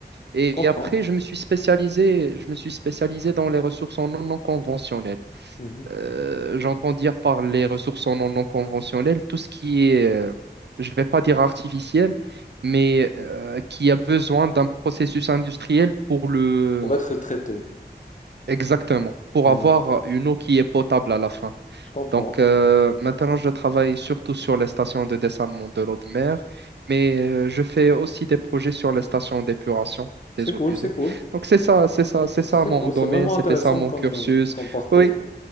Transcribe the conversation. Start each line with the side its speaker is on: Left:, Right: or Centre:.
Right: Et
Left: Comprends.
Right: après, je me suis spécialisé, je me suis spécialisé dans les ressources en eau non conventionnelles.
Left: Mhm.
Right: Euh, j'entends dire par les ressources non, non conventionnelles, tout ce qui est, euh, je ne vais pas dire artificiel, mais euh, qui a besoin d'un processus industriel pour le...
Left: Pour être traité.
Right: Exactement, pour
Left: Ouais.
Right: avoir une eau qui est potable à la fin.
Left: Je comprends.
Right: Donc euh, maintenant, je travaille surtout sur les stations de dessalement de l'eau de mer, mais euh, je fais aussi des projets sur les stations d'épuration
Left: C'est
Right: des
Left: cool,
Right: eaux usées.
Left: c'est cool.
Right: Donc c'est ça, c'est ça, c'est ça
Left: C'est
Right: mon
Left: cool.
Right: domaine,
Left: C'est vraiment
Right: c'était
Left: intéressant
Right: ça mon
Left: comme,
Right: cursus.
Left: euh, comme parcours.
Right: Oui,